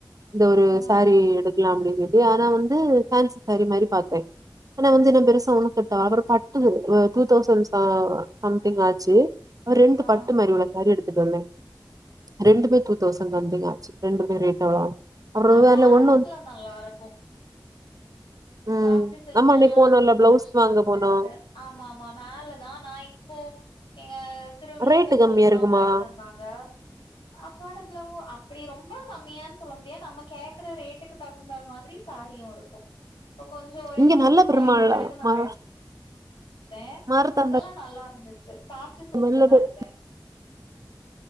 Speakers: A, on the right (about 45°); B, on the left (about 85°).
A: இந்த ஒரு
B: ஆ
A: சாரி எடுக்லா அப்டின்னுட்டு சொல்லி ஆனா வந்து ஃபேன்சி சாரி மாரி பாத்தே ஆனா வந்து என்ன பெருசா ஒன்னூ செட் அப்றோ பட்டு டூ தௌசண்ட் சா சம்திங் ஆச்சு ஒரு ரெண்டு
B: ஆ ஆனா
A: பட்டு மாரி உள்ள சாரி எடு டோன்னே ரெண்டுமே டூ தௌசண்ட் சம்திங் ஆச்சு ரெண்டுமே ரேட் அவ்ளோ அப்றோ
B: ஆ
A: வேற
B: பாரிஸ்ல
A: ஒண்ணு
B: நல்லாருக்கூ
A: ம்
B: சாஃப்ட் சில்க்லலல்லா
A: நம்ம அன்னைக்கு போனோல்ல
B: கொஞ்சோ கலெக்க்ஷன்ருந்துச்சு
A: பிளவுஸ் வாங்க போனோ
B: ஆமா ஆமா மேல தா நா இப்போ எங்க திருவிழான்னு
A: ரேட்டு கம்மியா
B: சொல்லி எங்கம்மா
A: இருக்குமா
B: எடுத்து தந்தாங்க அஃபர்டபுலாவூ ஆ அப்டி ரொம்ப கம்மியான் சொல்ல முடியாது நம்ம கேக்குற ரேட்டுக்கு தகுந்த மாரி சாரியூ இருக்கூ இப்ப கொஞ்சோ ஒரு
A: இங்க
B: தௌசண்ட்
A: நல்ல
B: ஃபைவ்
A: பெருமாள்ல
B: ஹண்ட்ரடுக்கு நா
A: ம
B: எடுத்தே
A: மருதாண்ட
B: அதெல்லா நல்லாருந்து செ சாஃப்ட் சில்க்ல
A: நல்ல
B: தா
A: பெரு
B: எடுத்தே